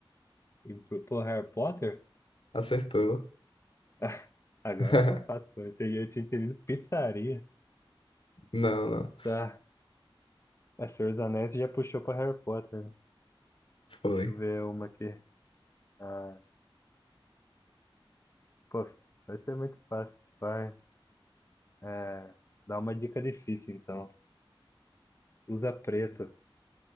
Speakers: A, on the left; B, on the left.
A: e, bru- pô, Harry Potter?
B: Acertou.
A: <laughs> Agora
B: <laughs>
A: ficou fácil, pô. Eu entendi- eu tinha entendido pizzaria.
B: Não, não.
A: Tá. A Senhor dos Anéis já puxou pra Harry Potter, né?
B: Foi.
A: Deixa eu ver uma aqui. Ah, Pô, vai ser muito fácil. Vai. É, dá uma dica difícil, então. Usa preto.